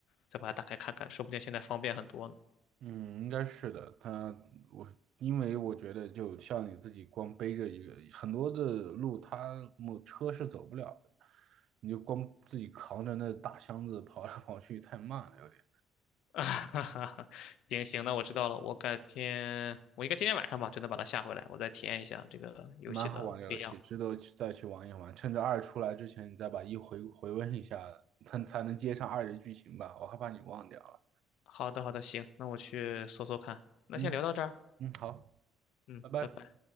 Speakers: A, on the left; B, on the right.
A: 再把它打开看看，说不定现在方便很多呢。
B: 嗯，应该是的。他我因为我觉得，就像你自己光背着一个很多的路，他没车是走不了的，你就光自己扛着那大箱子跑来跑去，太慢了，有点。
A: <laughs> 啊哈哈哈，行行，那我知道了，我改天，我应该今天晚上吧，就能把它下回来，我再体验一下这个游戏的不一样。
B: 蛮好玩的游戏，值得去再去玩一玩。趁着二出来之前，你再把一回回温一下，才才能接上二的剧情吧。我害怕你忘掉了。
A: 好的，好的，行，那我去搜搜看。那先聊到这儿，
B: 嗯嗯，好，
A: 嗯，
B: 拜拜。
A: 拜拜。